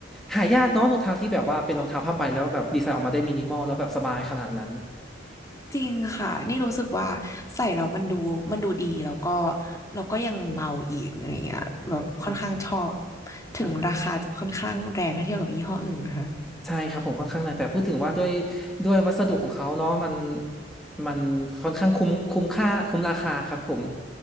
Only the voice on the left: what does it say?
จริงค่ะนี่รู้สึกว่าใส่แล้วมันดูมันดูดีแล้วก็แล้วก็ยังเบาอีกอะไรเงี้ยแบบค่อนข้างชอบ
ถึงราคาจะค่อนข้างแรงถ้าเทียบกับยี่ห้ออื่นนะคะ